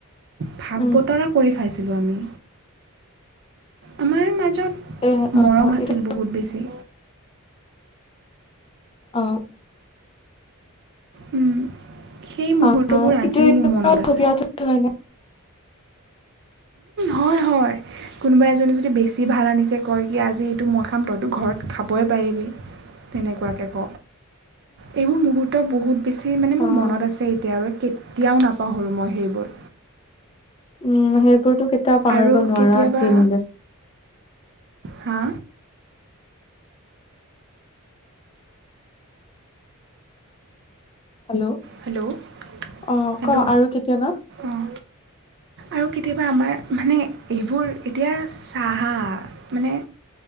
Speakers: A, on the right; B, on the left.
A: ভাগ
B: উম,
A: বতৰা কৰি খাইছিলোঁ আমি আমাৰ মাজত
B: এ অ',
A: মৰম আছিল
B: এইটো
A: বহুত বেছি
B: অহ
A: উম সেই মুহূৰ্তবোৰ
B: আহ
A: আজিও
B: ইটো ইটোৰ
A: মোৰ মনত
B: পৰা
A: আছে
B: থপিয়াই থপি হয়নে?
A: হয় হয় কোনোবা এজনী যদি বেছি ভাল আনিছে কয় কি আজি এইটো মই খাম তইতো ঘৰত খাবই পাৰিবি তেনেকোৱাকৈ ক এইবোৰ মুহূৰ্ত বহুত বেছি মানে মোৰ
B: অ',
A: মনত আছে কেতিয়া কেতিয়াও নাপাহৰোঁ মই সেইবোৰ
B: উম হেইবুটো কেতিয়াও পাহৰিব
A: আৰু
B: নোৱাৰা
A: কেতিয়াবা
B: দিন
A: হা
B: হেল্ল'
A: হেল্ল'
B: অ
A: হেল্ল'
B: ক আৰু কেতিয়াবা
A: অঁ আৰু কেতিয়াবা আমাৰ মানে এইবোৰ এতিয়া চাহ মানে